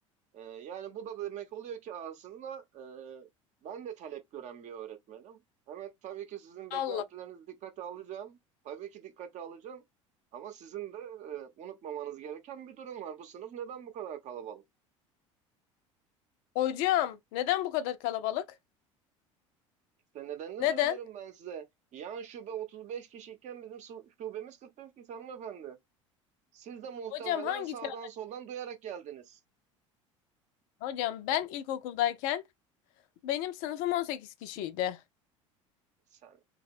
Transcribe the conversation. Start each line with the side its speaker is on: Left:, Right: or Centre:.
Right: Ee, yani bu da demek oluyor ki aslında e, ben de talep gören bir öğretmenim. Evet tabii ki sizin
Left: Allah.
Right: beklentilerinizi dikkate alacağım. Tabii ki dikkate alacağım. Ama sizin de e, unutmamanız gereken bir durum var. Bu sınıf neden bu kadar kalabalık?
Left: Hocam neden bu kadar kalabalık?
Right: İşte nedenini
Left: Neden?
Right: söylüyorum ben size. Yan şube 35 kişiyken bizim su- şubemiz 45 kişi hanımefendi. Siz de muhtemelen
Left: Hocam hangi
Right: sağdan
Left: çağ?
Right: soldan duyarak geldiniz.
Left: Hocam ben ilkokuldayken benim sınıfım 18 kişiydi.
Right: Sen,